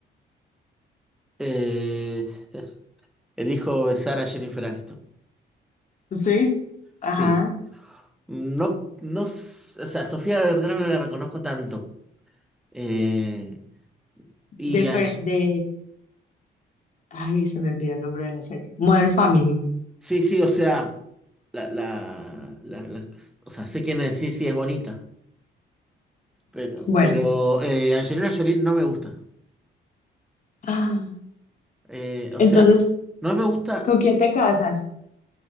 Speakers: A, in the centre; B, on the left (about 40°).
A: Eh, <laughs> elijo besar a Jennifer Aniston.
B: Sí. Ajá.
A: Sí, no, no, s- o sea, Sofía Vergara no la reconozco tanto. Eh, y
B: De,
A: a
B: Fer-
A: Ye-
B: de... Ay, se me olvidó el nombre de la serie. Modern Family.
A: sí, sí, o sea, la, la, la- la- o sea, sé quién es, sí, sí, es bonita, pero,
B: Bueno.
A: pero
B: <gasps>
A: eh, Angelina Jolie no me gusta.
B: Ah,
A: Eh,
B: Entonces,
A: o sea, no me gusta.
B: ¿con quién te casas?